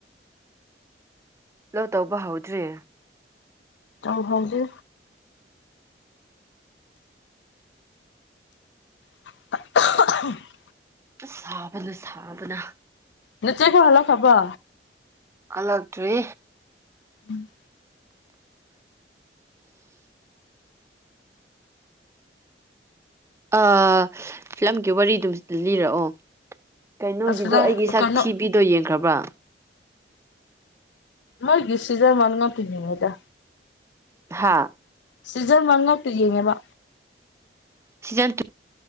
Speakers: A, on the right; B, on the left.
A: ꯂꯧ ꯇꯧꯕ ꯍꯧꯗ꯭ꯔꯤ
B: ꯇꯧ ꯍꯧꯗ꯭ꯔꯤ <unintelligible>
A: ꯑꯁ ꯁꯥꯕꯅ ꯁꯥꯕꯅ
B: <unintelligible> ꯍꯜꯂꯛꯈ꯭ꯔꯕꯣ
A: ꯍꯟꯂꯛꯇ꯭ꯔꯤ
B: ꯎꯝ
A: ꯑ ꯐꯤꯂꯝꯒꯤ ꯋꯥꯔꯤꯗꯨꯝ ꯂꯤꯔꯛꯑꯣ ꯀꯩꯅꯣꯒꯤꯗꯣ
B: ꯑꯁ ꯅꯪ
A: ꯑꯩꯒꯤ ꯁꯛꯊꯤꯕꯤꯗꯣ
B: ꯀꯩꯅꯣ
A: ꯌꯦꯡꯈ꯭ꯔꯕ꯭ꯔꯥ
B: ꯃꯣꯏꯒꯤ ꯁꯤꯖꯟ ꯋꯥꯟ ꯉꯥꯛꯇ ꯌꯦꯡꯉꯦꯗ
A: ꯍꯥꯥ
B: ꯁꯤꯖꯟ ꯋꯥꯟ ꯉꯥꯛꯇ ꯌꯦꯡꯉꯦꯕ
A: season